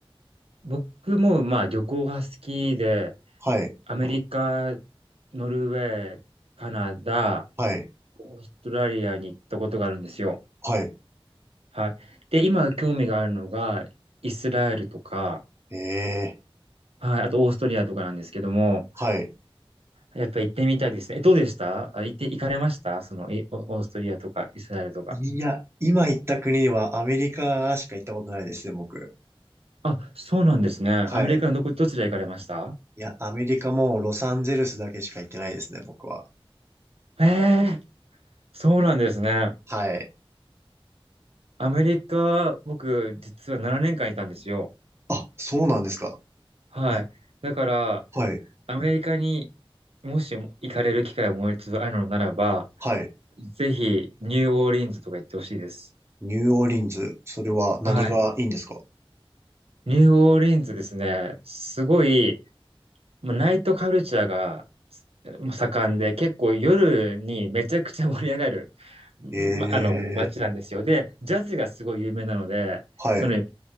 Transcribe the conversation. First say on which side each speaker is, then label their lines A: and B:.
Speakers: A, on the right; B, on the right.
A: 僕もまあ旅行が好きで、
B: はい。
A: アメリカ、ノルウェー、カナダ、
B: はい
A: オーストラリアに行ったことがあるんですよ。
B: はい。
A: はい。で、今興味があるのがイスラエルとか、
B: ええ、
A: はい、あとオーストリアとかなんですけども、
B: はい。
A: やっぱ行ってみたいですね。えどうでしたあ、行って、行かれましたその、いオオーストリアとかイスラエルとか。
B: いや、今行った国はアメリカしか行ったことないですね、僕。
A: あ、そうなんですね。
B: はい。
A: アメリカのどこ、どちら行かれました
B: いや、アメリカもロサンゼルスだけしか行ってないですね、僕は。
A: ええそうなんですね。
B: はい。
A: アメリカ、僕、実は7年間いたんですよ。
B: あ、そうなんですか。
A: はい。
B: え、
A: だから、
B: はい。
A: アメリカにもし行かれる機会をもう一度あるのならば、
B: はい。
A: ぜひ、ニューオーリンズとか行ってほしいです。
B: ニューオーリンズ、それは何がいいんですか
A: はい。ニューオーリンズですね。すごい、もうナイトカルチャーがすもう盛んで、結構夜にめちゃくちゃ盛り上がる、ま、
B: え
A: あの、街なんですよ。
B: え、
A: で、ジャズがすごい有名なので、
B: はい。
A: その、よ